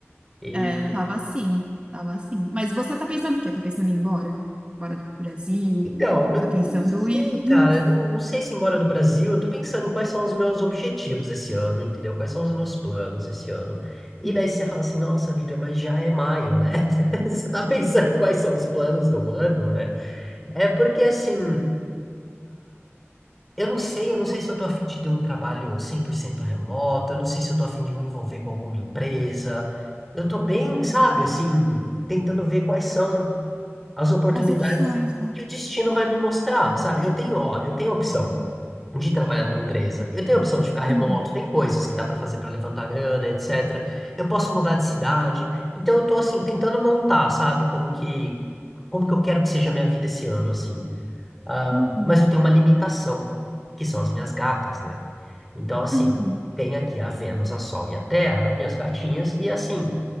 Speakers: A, in the centre; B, on the right.
A: E
B: É, eu tava assim, tava assim. Mas você tá pensando o quê? Tá pensando em ir embora? Embora do Brasil?
A: então, não,
B: Tá pensando
A: não sei,
B: em,
A: cara,
B: em-
A: não, não sei se embora do Brasil, eu tô pensando em quais são os meus objetivos esse ano, entendeu? Quais são os meus planos esse ano. E
B: Uhum.
A: daí você fala assim, nossa, Vitor, mas já é maio, né? <laughs> Você tá pensando em quais são os planos do ano, né? É porque assim, eu não sei, eu não sei se eu tô a fim de ter um trabalho 100% remoto, eu não sei se eu tô a fim de me envolver com alguma empresa. Eu tô bem, sabe, assim, tentando ver quais são as oportunidades
B: as opções, né?
A: que o destino vai me mostrar, sabe? Eu tenho, ó, eu tenho a opção de trabalhar numa empresa, eu tenho a opção de ficar remoto,
B: Uhum,
A: tem coisas que dá pra fazer pra levantar grana, etc. Eu posso mudar de cidade. Então eu tô assim tentando montar, sabe, como que como que eu quero que seja a minha vida esse ano, assim. Ah,
B: uhum,
A: mas eu tenho uma limitação, que são as minhas gatas, né? Então, assim,
B: uhum.
A: tem aqui a Vênus, a Sol e a Terra, minhas gatinhas, e assim,